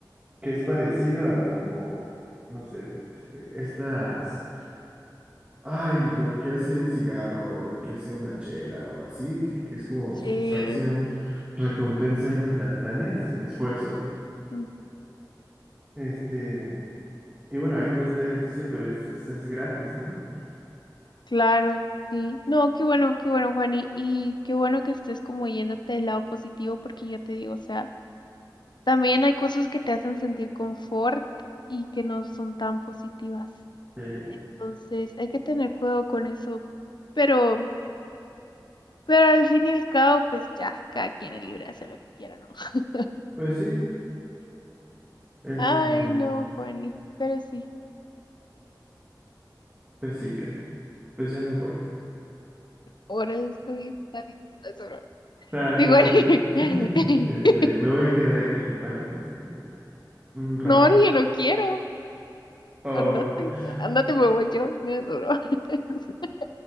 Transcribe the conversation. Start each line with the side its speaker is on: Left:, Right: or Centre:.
Right: que es parecido a como, no sé, este, estas, ay, lo que hace un cigarro o lo que hace una chela o así, que, que es como
Left: Sí,
Right: satisfacción, recompensa instantánea, sin esfuerzo.
Left: ujú,
Right: Este, y bueno, ahí cuesta ejercicio, pero es, es, es gratis, ¿no?
Left: claro, sí. No, qué bueno, qué bueno, Juani. Y qué bueno que estés como yéndote del lado positivo, porque ya te digo, o sea, también hay cosas que te hacen sentir confort y que no son tan positivas.
Right: Eh,
Left: Entonces, hay que tener cuidado con eso. Pero, pero al fin y al cabo, pues ya, cada quien es libre de hacer lo que quiera, ¿no? <laughs>
Right: pues sí, este,
Left: Ay, no, Juani. Pero sí,
Right: pues sí, Kat, pues ya me voy.
Left: órale, está bien. Está bien. Eso, no.
Right: Ah, no
Left: Sí,
Right: es
Left: Juani.
Right: cierto. <laughs> Este,
Left: <laughs>
Right: me voy a quedar aquí, ¿vale? Este, un rato.
Left: No, ahora yo no quiero.
Right: Oh,
Left: Andate,
Right: bueno. <laughs>
Left: andate, me voy yo. No, es broma. <laughs>